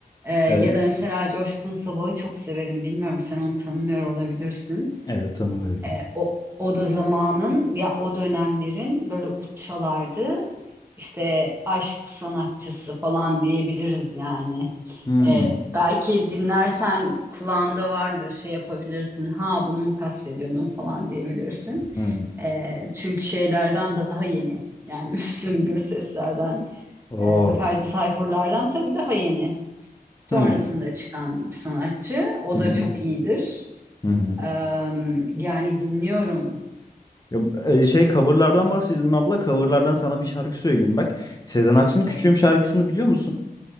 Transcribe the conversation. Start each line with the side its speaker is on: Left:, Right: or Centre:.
Right: Eee, ya
Left: Evet.
Right: da mesela Coşkun Sabah'ı çok severim. Bilmiyorum sen onu tanımıyor olabilirsin.
Left: Evet tanımıyorum.
Right: E, o, o da zamanın ya o dönemlerin böyle uççalardı. İşte aşk sanatçısı falan diyebiliriz yani.
Left: Hı.
Right: E, belki dinlersen kulağında vardır şey yapabilirsin. Ha bunu mu kastediyordun falan diyebilirsin.
Left: Hı.
Right: E, çünkü şeylerden daha yeni. Yani <laughs> Müslüm Gürseslerden,
Left: Oo.
Right: e, Ferdi Tayfurlardan tabii daha yeni. Sonrasında
Left: Hı.
Right: çıkan bir sanatçı. O
Left: Hı
Right: da
Left: hı.
Right: çok iyidir.
Left: Hı hı.
Right: Eee, yani dinliyorum
Left: Ya, e, şey coverlardan bahsediyordun abla. Coverlardan sana bir şarkı söyleyeyim bak. Sezen Aksu'nun
Right: Söyle.
Left: Küçüğüm şarkısını biliyor musun?